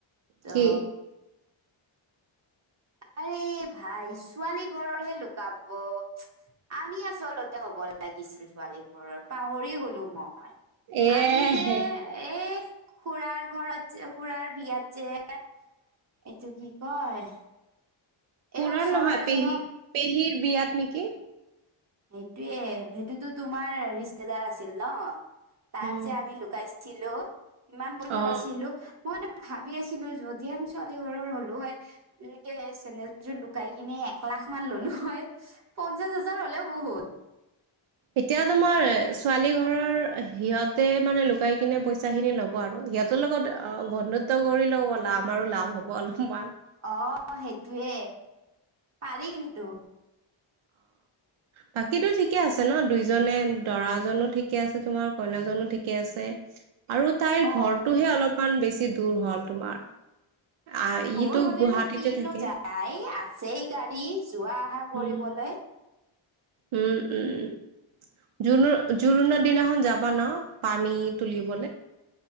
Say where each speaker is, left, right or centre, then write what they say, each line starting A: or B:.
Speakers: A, on the right; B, on the right.
A: ত
B: কি
A: আ ভাই ছোৱালী ঘৰৰহে লুকাব আমি আচলতে হ'ব লাগিছিল ছোৱালী ঘৰৰ পাহৰি গলো মই হয়
B: এ
A: আমি যে
B: হে
A: এই খুৰাৰ ঘৰত খুৰাৰ বিয়াত যে এইটো কি কয় এই
B: পৰাণ
A: ওচৰৰ
B: নহয়
A: এজনৰ
B: পেহী পেহীৰ বিয়াত নেকি
A: সেইটোয়ে সেইটোতো তোমাৰ ৰিস্তদাৰ আছিল ন তাৰ
B: উম
A: যে আমি লুকাইছিল ছিলো কিমান পইচা
B: অ
A: পাইছিলো মই ভাবি আছিলো যদি আমি ছোৱালী ঘৰৰ হলো হয় এনেকে চেনেযোৰ লুকাই কিনে এখন লাখ মান ল' নহয় পঞ্চাশ হাজাৰ হলেও বহুত
B: এতিয়াতো মই ছোৱালী ঘৰৰ সিহঁতে মানে লুকাই কিনে পইচা খিনি লব আৰু সিহঁতৰ লগত বন্ধুত্ব কৰিলেও আমাৰো লাভ হ'ব অলপমান
A: অ সেইটোৱে পাৰি কিন্তু
B: বাকীটো ঠিকে আছে ন দুইজনে দৰাজনো ঠিকে আছে তোমাৰ কইনাজনো ঠিকে আছে আৰু তাইৰ
A: অ
B: ঘৰটোহে অলপমান বেছি দূৰ হল তোমাৰ আহ
A: দূৰ
B: ইটো
A: হলেনো
B: গুৱাহাটীতে
A: কিনো
B: থাকে
A: যায় আছেই গাড়ী যোৱা অহা কৰিবলৈ
B: উম উম উম উ জ জোৰণৰ দিনাখন যাবা ন পানী তুলিব